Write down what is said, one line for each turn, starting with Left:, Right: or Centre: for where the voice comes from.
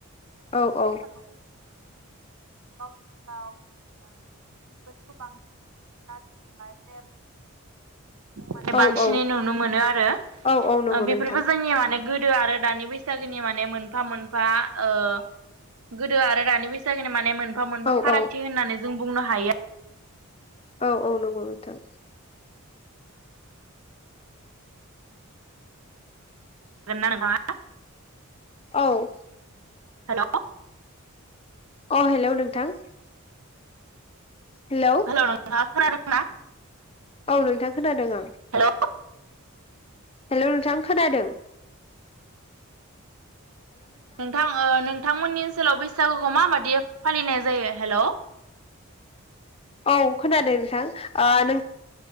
Right: ओ
Left: औ
Right: आथिखालावथ'
Left: औ।
Right: जोङो माने गावजों गाव जेनेबा बिबादिखौ बांसिनै माने
Left: औ
Right: बांसिनै
Left: औ
Right: नुनो मोनो आरो
Left: औ औ नंगौ
Right: ओ बेफोरबो
Left: नोंथां
Right: जोंनिया माने गोदो आरो दानि बैसागोनि माने मोनफा मोनफा ओ गोदो आरो रानि बैसागोनि माने मोनफा मोनफा
Left: औ
Right: फारागथि
Left: औ
Right: होननानै जों बुंनो हायो।
Left: औ औ नंगौ नोंथां।
Right: <unintelligible>
Left: औ
Right: हेलौ
Left: अ हेलौ नोंथां। हेलौ
Right: हेल' नोंथां खोनादोंना?
Left: औव नोंथां खोनादों आं
Right: हेलौ
Left: हेल' नोंथां खोनादों?
Right: नोंथां ओ नोंथांमोननि ओनसोलाव बैसागुखौ माबायदि फालिनाय जायो हेल'।
Left: औ खोनादों नोंथां ओ नों